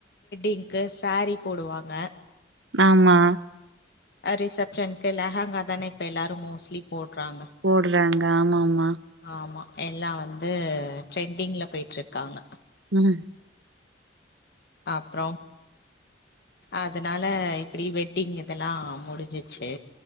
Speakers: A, on the left; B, on the right.
A: இங்கு சேரி போடுவாங்க
B: ஆமா
A: அ ரிசப்ஷன்க்கு லெஹங்கா தானே இப்ப எல்லாரு மோஸ்ட்லி போட்றாங்க
B: போடுறாங்க ஆமா ஆமா
A: ஆமா எல்லா வந்து ட்ரெண்டிங்ல போயிட்ருக்காங்க
B: ம்
A: அப்புறோம் அதனால இப்டி வெட்டிங் இதெல்லா முடிஞ்சிச்சு